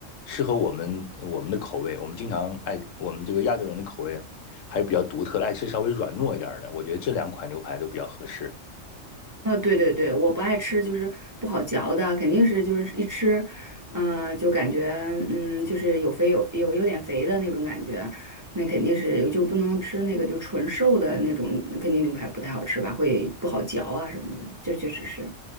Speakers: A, on the left (about 80°); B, on the right (about 20°).
A: 适合我们我们的口味。我们经常爱我们这个亚洲人的口味还是比较独特的，爱吃稍微软糯一点儿的。我觉得这两款牛排都比较合适。
B: 啊，对对对，我不爱吃，就是不好嚼的，肯定是就是一吃，嗯，就感觉嗯，就是有肥有有有点肥的那种感觉，那肯定是就不能吃那个就纯瘦的那种，肯定牛排不太好吃吧，会不好嚼啊什么的，这确实是。